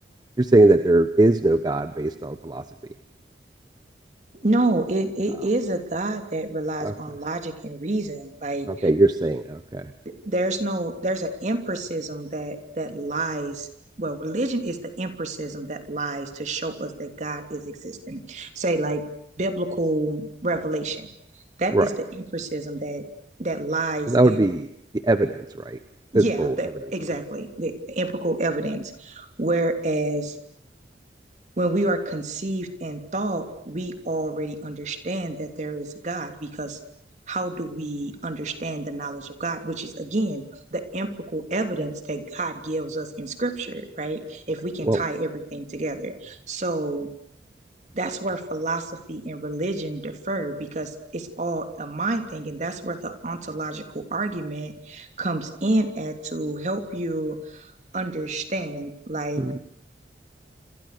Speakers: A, on the right; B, on the right.
A: You're saying that there is no God based on philosophy.
B: No, it, it
A: Oh,
B: is a God that relies
A: okay.
B: on logic and reason. Like,
A: Okay. You're saying okay.
B: there's no there's an empiricism that that lies well religion is the empiricism that lies to show us that god is existing say like biblical revelation that
A: Right.
B: is the empiricism that that lies
A: Well, that
B: in
A: would be the evidence, right?
B: yeah
A: Physical
B: that
A: evidence
B: exactly
A: in a way,
B: the, the empirical evidence whereas when we are conceived in thought, we already understand that there is a God because how do we understand the knowledge of God, which is again the empirical evidence that God gives us in scripture, right? If
A: right?
B: we can
A: Well,
B: tie everything together. So that's where philosophy and religion differ because it's all a mind thing. And that's where the ontological argument comes in at to help you understand. Like
A: hmm.